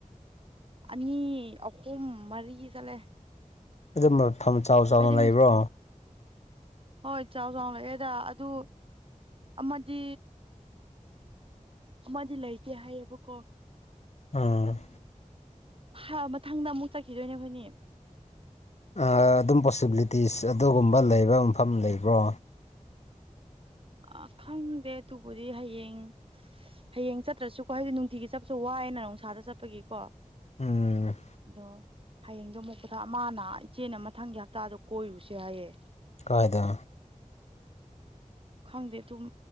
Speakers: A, on the right; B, on the left.
A: ꯑꯅꯤ ꯑꯍꯨꯝ ꯃꯔꯤ ꯆꯠꯂꯦ
B: ꯑꯗꯨ ꯃꯐꯝ ꯆꯥꯎ ꯆꯥꯎꯅ
A: ꯍꯥꯏꯗꯤ
B: ꯂꯩꯕ꯭ꯔꯣ
A: ꯍꯣꯏ ꯆꯥꯎ ꯆꯥꯎ ꯂꯩꯑꯦꯗ ꯑꯗꯨ ꯑꯃꯗꯤ ꯑꯃꯗꯤ ꯂꯩꯇꯦ ꯍꯥꯏꯌꯦꯕꯀꯣ
B: ꯎꯝ
A: ꯑ ꯃꯊꯪꯗ ꯑꯃꯨꯛ ꯆꯠꯈꯤꯗꯣꯏꯅꯦ ꯑꯩꯈꯣꯏꯅꯦ
B: ꯑꯗꯨꯝ ꯄꯣꯁꯤꯕꯤꯂꯤꯇꯤꯁ ꯑꯗꯨꯒꯨꯝꯕ ꯂꯩꯕ ꯃꯐꯝ ꯂꯩꯕ꯭ꯔꯣ
A: ꯑ ꯈꯪꯗꯦ ꯑꯗꯨꯕꯨꯗꯤ ꯍꯌꯦꯡ ꯍꯌꯦꯡ ꯆꯠꯇ꯭ꯔꯁꯨꯀꯣ ꯍꯥꯏꯗꯤ ꯅꯨꯡꯇꯤꯒꯤ ꯆꯠꯄꯁꯨ ꯋꯥ ꯋꯥꯏ ꯅꯥ ꯅꯨꯡꯁꯥꯗ ꯆꯠꯄꯒꯤꯀꯣ
B: ꯎꯝ
A: ꯑꯗꯣ ꯍꯌꯦꯡꯗꯣ ꯑꯃꯨꯛꯀꯊꯥ ꯃꯥꯅ ꯏꯆꯦꯅ ꯃꯊꯪꯒꯤ ꯍꯞꯇꯥꯗꯣ ꯀꯣꯏꯔꯨꯁꯦ ꯍꯥꯏꯌꯦ
B: ꯀꯥꯏꯗ
A: ꯈꯪꯗꯦ ꯑꯗꯨꯝ